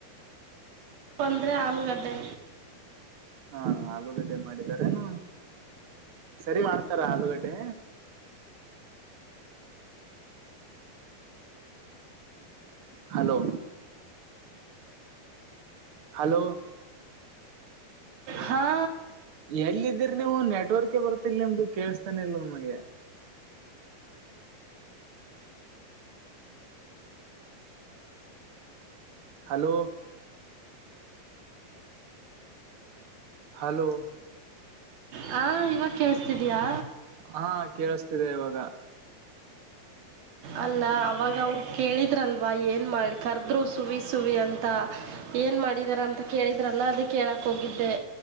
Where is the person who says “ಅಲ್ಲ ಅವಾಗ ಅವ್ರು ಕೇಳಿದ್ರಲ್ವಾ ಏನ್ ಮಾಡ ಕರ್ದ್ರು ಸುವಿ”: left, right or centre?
Right